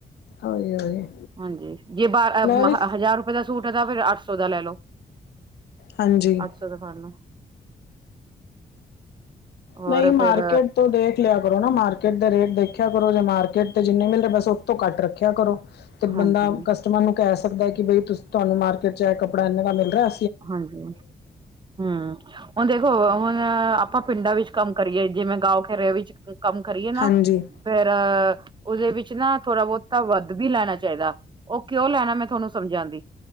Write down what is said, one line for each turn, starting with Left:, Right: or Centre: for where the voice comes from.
Left: ਉਹੀ ਉਹੀ
Right: ਹਾਂਜੀ ਜੇ ਬਾਰ ਆ
Left: ਮੈਂ ਵੀ
Right: ਆ ਹਜ਼ਾਰ ਰੁਪਏ ਦਾ ਸੂਟ ਏ ਤਾਂ ਫੇਰ ਅੱਠ ਸੌ ਦਾ ਲੈ ਲੋ।
Left: ਹਾਂਜੀ
Right: ਤੇ ਸਾਨੂੰ, ਹੋਰ
Left: ਨਈ
Right: ਫੇਰ
Left: ਮਾਰਕੀਟ, ਤੋਂ ਦੇਖ ਲਿਆ ਕਰੋ, ਨਾ ਮਾਰਕੀਟ ਦੇ ਰੇਟ ਦੇਖਿਆ ਕਰੋ, ਜਾਂ ਮਾਰਕੀਟ ਤੇ ਜਿੰਨੇ ਮਿਲਦੇ ਬਸ ਓਤੋਂ ਘੱਟ ਰੱਖਿਆ ਕਰੋ। ਤੇ
Right: ਹਾਂਜੀ
Left: ਬੰਦਾ ਕਸਟਮਰ ਨੂੰ ਕੈ ਸਕਦਾ, ਕਿ ਬਈਂ ਤਾਨੂੰ ਮਾਰਕੀਟ' ਚ ਏ ਕੱਪੜਾ ਏਨਾਂ ਦਾ ਮਿਲ ਰਿਆ।
Right: ਹਾਂਜੀ ਹੂੰ ਹੁਣ ਦੇਖੋ ਔ ਹੁਣ ਆ ਆਪਾਂ ਪਿੰਡਾਂ ਵਿੱਚ ਕੰਮ ਕਰੀਏ, ਜਿਵੇਂ ਗਾਓ ਖੇਰੇ ਵਿੱਚ ਕੰਮ ਕਰੀਏ ਨਾ।
Left: ਹਾਂਜੀ
Right: ਫੇਰ ਓਦੇ ਵਿੱਚ ਨਾ ਥੋੜਾ ਬੋਤਾ ਵੱਧ ਵੀ ਲੈਣਾ ਚਾਈਦਾ, ਔ ਕਿਉਂ ਲੈਣਾ ਮੈਂ ਤਾਨੂੰ ਸਮਝਾਉਂਦੀ,